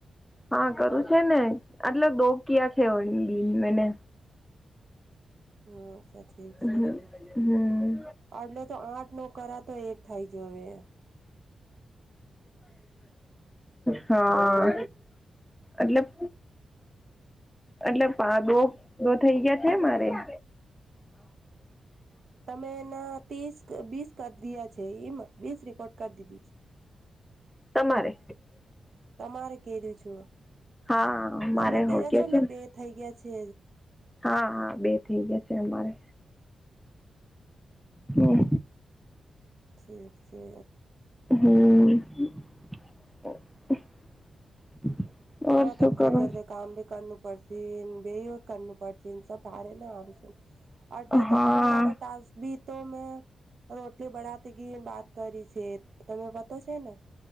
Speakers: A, in the centre; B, on the right.
A: હા કરું છે ને આટલે દોગયા છે બ મેને.
B: હ અ્છા ઠીક
A: હમ
B: છે ઠીક છે અટલે તો આઠ નો કર. તો એક થાય જ હવે.
A: હા. મતલબ. એટલે પા દો દો થઇ ગયા છે મારેસ્.
B: તમે એના ત્રીસ બીસ કરી દયા છે એમાં બીસ રેકોર્ડ કરી દીધી છે.
A: તમારે.
B: તમારે કે્યું છું
A: હા
B: તમે
A: મારે
B: કે્યા
A: હો ગયા
B: છો ને
A: છે
B: બે થઈ ગયા છે.
A: હા હા બે થઈ ગયા છે અમારે હમ.
B: ઠીક છે.
A: હમ. ઓર
B: માત
A: શું
B: અટલર
A: કરો
B: ક આંબી કણું પડશ બેક કું પડ. જ ભારે ના આવી છે એટલે
A: હા
B: તો અનોવાળો ટાબી. તો મેં રોટલી બળતી ગી વાત કરી છે તમે પતો છે ને.